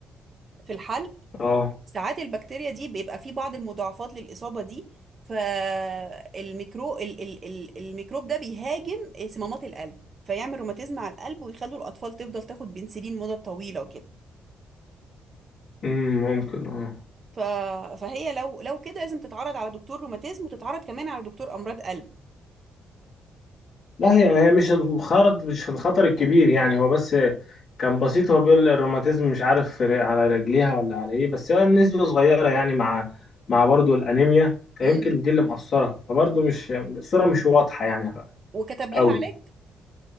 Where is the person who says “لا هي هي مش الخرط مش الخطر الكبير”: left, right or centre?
Left